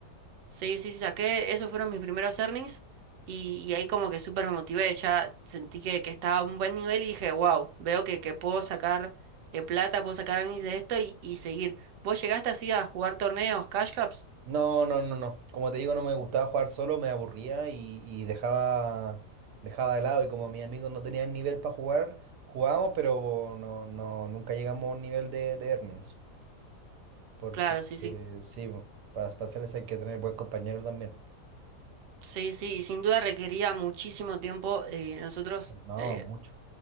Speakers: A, on the right; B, on the right.
A: Sí, sí, sí, saqué, esos fueron mis primeros earnings y, y ahí como que súper me motivé, ya sentí que, que estaba a un buen nivel y dije, wow, veo que, que puedo sacar eh, plata, puedo sacar earnings de esto y, y seguir. ¿Vos llegaste así a jugar torneos, Cash Cups?
B: No, no, no, no. Como te digo, no me gustaba jugar solo, me aburría y, y dejaba, dejaba de lado. Y como mis amigos no tenían nivel para jugar, jugábamos, pero no, no, nunca llegamos a un nivel de, de earnings. Porque
A: Claro, sí, sí.
B: eh, sí, para, hacer eso hay que tener buen compañero también.
A: Sí, sí, sin duda requería muchísimo tiempo. eh, nosotros,
B: No,
A: eh,
B: mucho.